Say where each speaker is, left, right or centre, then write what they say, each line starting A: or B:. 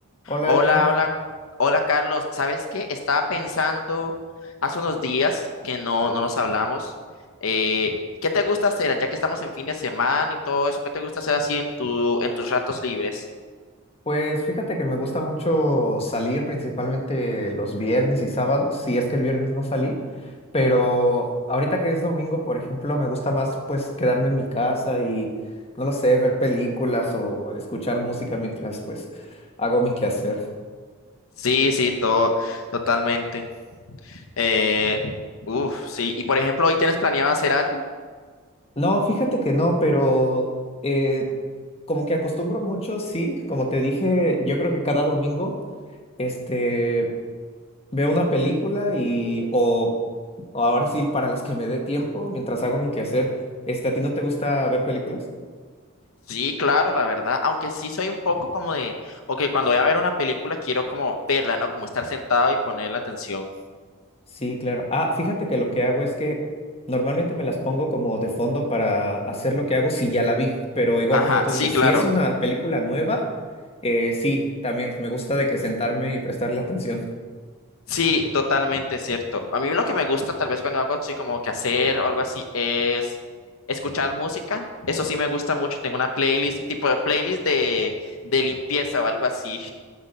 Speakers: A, on the left (about 30°); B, on the left (about 70°).
A: Hola
B: Hola,
A: Elian,
B: hola, hola Carlos. ¿Sabes qué? Estaba pensando hace unos días que no, no nos hablamos. eh, ¿qué te gusta hacer? Ya que estamos en fin de semana y todo eso, ¿qué te gusta hacer así en tu, en tus ratos libres?
A: pues fíjate que me gusta mucho salir principalmente los viernes y sábados, si es que el viernes no salí, pero ahorita que es domingo, por ejemplo, me gusta más pues quedarme en mi casa y no lo sé, ver películas o escuchar música mientras pues hago mi quehacer.
B: Sí, sí, todo, totalmente. Eh, uf, sí. Y por ejemplo, ¿hoy tienes planeado hacer algo?
A: No, fíjate que no, pero eh, como que acostumbro mucho, sí, como te dije, yo creo que cada domingo. Este, Veo una película y, o, o ahora sí, para las que me dé tiempo, mientras hago mi quehacer, este, ¿a ti no te gusta ver películas?
B: Sí, claro, la verdad. Aunque sí soy un poco como de, ok, cuando voy a ver una película quiero como verla, ¿no? Como estar sentado y poner la atención.
A: Sí, claro. Ah, fíjate que lo que hago es que normalmente me las pongo como de fondo para hacer lo que hago si ya la vi, pero igual
B: Ajá,
A: como tú
B: sí,
A: dices,
B: claro.
A: si es una película nueva, eh, sí, también me gusta de que sentarme y prestarle atención.
B: Sí, totalmente cierto. A mí lo que me gusta, tal vez cuando hago así como que hacer o algo así, es escuchar música. Eso sí me gusta mucho. Tengo una playlist, tipo de playlist de, de limpieza o algo así.